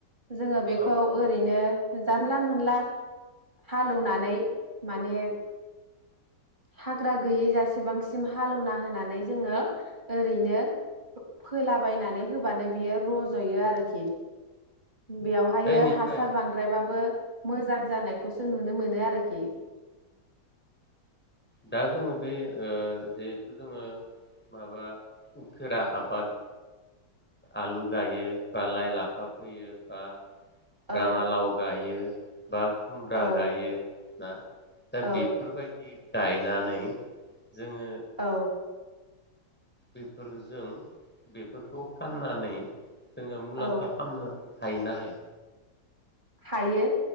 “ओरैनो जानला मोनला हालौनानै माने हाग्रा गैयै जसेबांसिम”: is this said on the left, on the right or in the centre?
Right